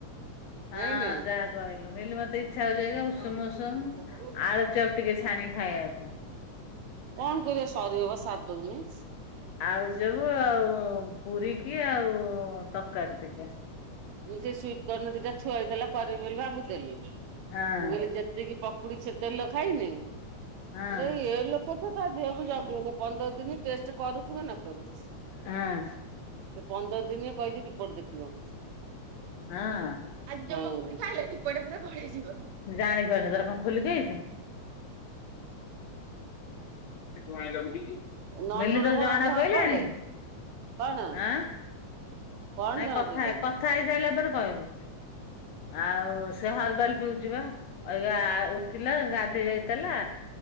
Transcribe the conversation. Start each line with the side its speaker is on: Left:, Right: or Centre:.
Left: ହଁ।
Right: ଜାଇଁଲୁ।
Left: ଯାହା କହିଲୁ ମିଲି ମତେ ଇଚ୍ଛା ହଉଚି ଅଇକା
Right: କଣ
Left: ଉଷୁମ
Right: କରିବା
Left: ଉଷୁମ ଆଳୁଚପ ଟିକେ ଛାଣିକି ଖାଇଆକୁ।
Right: କଣ କରିବା ସରିବ ବା ସାରିଦଉନି?
Left: ଆଳୁଚପ ଆଉ ପୁରୀ କି ଆଉ ତରକାରୀ ଟିକେ।
Right: ମୁଁ ସେ ସୁଇଟ୍ କର୍ଣ୍ଣ ଦିଟା ଥୁଆ ହେଇଥିଲା କରିବି ବୋଲି ଭାବୁଥେଲି। ମୁଁ
Left: ହଁ
Right: କହିଲି ଯେତିକି ପକ କୁଡି ସେ ତେଲ ଖାଇନି?
Left: ହଁ
Right: ଦେଇ ଏ ଲୋକ ତ ତା ଦେହକୁ ଜଗେନେଇଁ, ପନ୍ଦର ଦିନ ଟେଷ୍ଟ କରୁ କିବା ନ କରୁ।
Left: ହଁ।
Right: ସେ ପନ୍ଦର ଦିନେ କହିଚି ରିପୋର୍ଟ ଦେଖିବ।
Left: ହଁ।
Right: ଆଜି ଜମା ପୁଣି ଖାଇଲେଣି କୁଆଡ଼େ ପୁରା ପଳେଇଯିବ।
Left: ଜାଣି ପାରୁନି ତୋର କଣ ଖୋଲିକି ଆଇଚୁ? <unintelligible>
Right: ନନୁର
Left: ମିଲି ତୋର
Right: କଣ
Left: ଜଣା
Right: ଆଜି ହର୍ବାଲେ
Left: ପଇଲାଣି?
Right: କଣ?
Left: ଆଁ
Right: କଣ
Left: ନାଇଁ
Right: ଜଣା
Left: କଥା
Right: ପଇଲାନି
Left: ହେ କଥା ହେଇସାଇଲା ପରେ କହିବୁ। ଆଉ ସେ ହରବାଲ ପିଉଚି ବା, ଅଇବା ଉଠିଲା ଗାଧେଇ ଯାଇଥେଲା